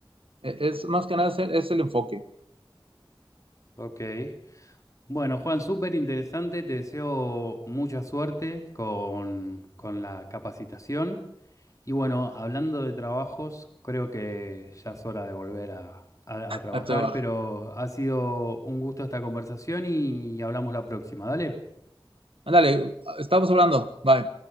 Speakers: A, on the right; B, on the left.
A: E- Es más que nada es el, es el enfoque
B: Ok. Bueno, Juan, súper interesante. Te deseo mucha suerte con, con la capacitación. Y bueno, hablando de trabajos, creo que ya es hora de volver a, a- a trabajar,
A: a trabajo.
B: pero ha sido un gusto esta conversación y hablamos la próxima. Dale.
A: Ándale, estamos hablando. Bye.